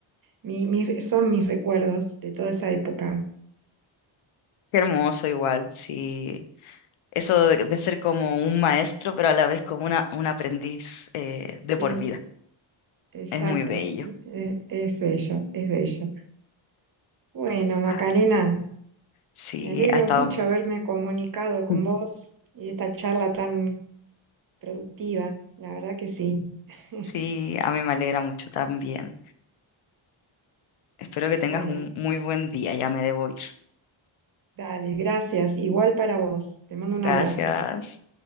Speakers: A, on the right (about 45°); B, on the left (about 85°).
A: mi- mi- son mis recuerdos de toda esa época.
B: Qué hermoso igual, sí. eso de, de ser como un maestro, pero a la vez como una, un aprendiz eh, de
A: Sí,
B: por vida.
A: exacto.
B: Es muy bello.
A: E- e, Es bello, es bello. Bueno, Macarena,
B: Ah, Sí,
A: me alegro
B: ha estado,
A: mucho haberme comunicado con
B: Mm.
A: vos y esta charla tan productiva. La verdad que sí. <laughs>
B: sí, a mí me alegra mucho también. Espero que tengas
A: Bueno,
B: un muy buen día, ya me debo ir.
A: dale, gracias. Igual para vos. Te mando
B: Gracias.
A: un abrazo.